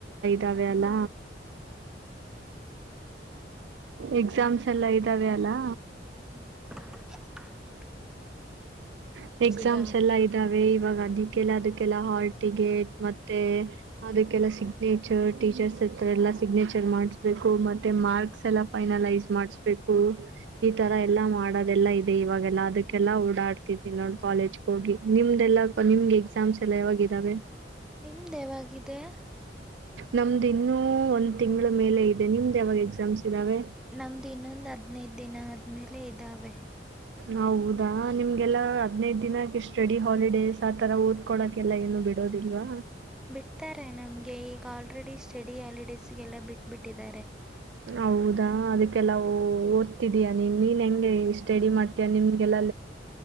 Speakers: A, on the right; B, in the centre.
A: ತಾವೆಲ್ಲ. ಎಕ್ಸಾಮ್ಸ್ ಎಲ್ಲ ಇದ್ದಾವೆ. ಅಲ್ಲಾ.
B: ಹ್ಮ್
A: ಹ ಎಕ್ಸಾಮ್ಸ್
B: ಇದಾವ
A: ಎಲ್ಲಾ ಇದಾವ ಇವಾಗ ಅದಕ್ಕೆಲ್ಲ ಅದಕ್ಕೆಲ್ಲ ಹಾಲ್ ಟಿಕೆಟ್ ಮತ್ತೆ ಅದಕ್ಕೆಲ್ಲ ಸಿಗ್ನೇಚರ್ ಟೀಚರ್ಸ್ ಎಲ್ಲ ಸಿಗ್ನೇಚರ್ ಮಾಡಸ್ಬೇಕು ಮತ್ತೆ ಮಾರ್ಕ್ಸ್ ಎಲ್ಲ ಫೈನಲೈಸ್ ಮಾಡಸ್ಬೇಕು ಈ ತರ ಎಲ್ಲಾ ಮಾಡೋದೆಲ್ಲಾ ಇದೆ ಇವಾಗೆಲ್ಲ ಅದಕ್ಕೆಲ್ಲ ಓಡಾಡ್ತಿ ನೋ ಕಾಲೇಜ್ ಹೋಗಿ ನಿಮ್ದೆಲ್ಲಾ ನಿಮ್ಗೆ ಎಕ್ಸಾಮ್ಸ್ ಎಲ್ಲಾ ಯಾವಾಗ ಇದ್ದಾವೆ
B: ನಿಮ್ದ ಯಾವಾಗಿದೆ
A: ನಮ್ದು ಇನ್ನು ಒಂದ್ ತಿಂಗಳ ಮೇಲೆ ಇದೆ ನಿಮ್ದ ಯಾವಾಗ ಎಕ್ಸಾಮ್ಸ್ ಇದ್ದಾವೆ
B: ನಮ್ದು ಇನ್ನೊಂದ್ ಹದ್ನೈದ ದಿನ ಆದ್ಮೇಲೆ ಇದಾವೆ
A: ಹೌದಾ ನಿಮ್ಗೆಲ್ಲಾ ತ್ತು ಹದಿನೈದ್ ದಿನಕ್ಕೆ ಸ್ಟಡಿ ಹಾಲಿಡೇಸ್ ಆ ತರ ಓದ್ಕೊಳಕ್ಕೆಲ್ಲ ಏನು ಬಿಡೋದಿಲ್ವ.
B: ಬಿಡ್ತಾರೆ ನಮ್ಗೆ ಈಗ ಆಲ್ರೆಡಿ ಸ್ಟಡಿ ಹಾಲಿಡೇಸ್ಗೆಲ್ಲ ಬಿಟ್ಬಿಟ್ಟಿದ್ದಾರೆ.
A: ಹೌದಾ ಅದಕ್ಕೆಲ್ಲಾ ಓದ್ತಿದೀಯ ನೀನ್ ನೀನ್ ಹೆಂಗೆ ಸ್ಟಡಿ ಮಾಡ್ತೀಯ ನಿಮ್ಗೆಲ್ಲ